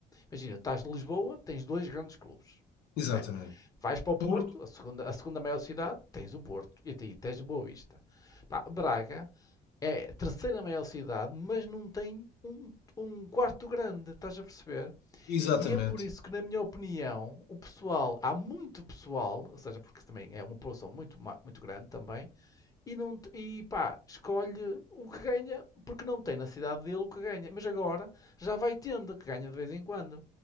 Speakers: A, on the left; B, on the left.
A: Imagina, estás de Lisboa, tens dois grandes clubes,
B: exatamente.
A: né? Vais para o Porto,
B: Por-
A: a segunda, a segunda maior cidade, tens o Porto e aí tens Boa Vista. Pá, Braga é a terceira maior cidade, mas não tem um, um quarto grande, estás a perceber?
B: Exatamente.
A: E é por isso que, na minha opinião, o pessoal, há muito pessoal, ou seja, porque também é uma população muito, ma- muito grande também, e, não, te- e pá, escolhe o que ganha, porque não tem na cidade dele o que ganha. Mas agora já vai tendo, que ganha de vez em quando.